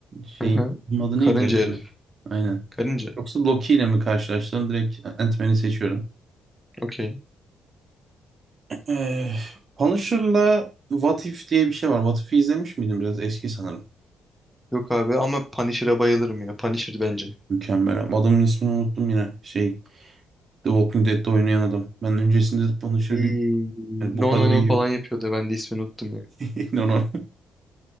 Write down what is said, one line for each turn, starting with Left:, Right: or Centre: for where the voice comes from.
Right: şeyin
Centre: Hı hı.
Right: bunun adı
Centre: Karınca
Right: neydi ya
Centre: herif.
Right: bu? Aynen.
Centre: Karınca.
Right: Yoksa Loki ile mi karşılaştım? Direkt Ant-Man'i seçiyorum.
Centre: Okey.
Right: Ee, Punisher'la What If diye bir şey var. What If'i izlemiş miydin? Biraz eski sanırım.
Centre: Yok abi ama Punisher'a bayılırım ya. Punisher bence.
Right: Mükemmel. abi. Adamın ismini unuttum yine. Şey, The Walking Dead'de oynayan adam. Ben öncesinde Punisher'ı
Centre: Ee,
Right: bilmiyorum. Yani
Centre: no
Right: bu kadar
Centre: no no
Right: iyi.
Centre: falan yapıyordu. Ben de ismini unuttum ya.
Right: <laughs> No, no.